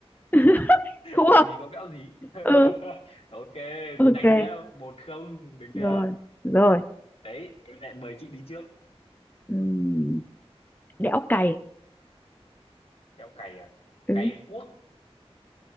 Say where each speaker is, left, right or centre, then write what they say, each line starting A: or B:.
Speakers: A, on the left; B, on the left.
A: <laughs> Thua.
B: làm gì có bẽo gì
A: Ừ,
B: <laughs> ok
A: ok.
B: nhanh nhá một không được chưa
A: Rồi, rồi.
B: đấy em lại mời chị đi trước
A: Ừm, đẽo cày
B: theo cày à
A: ừ.
B: cày quốc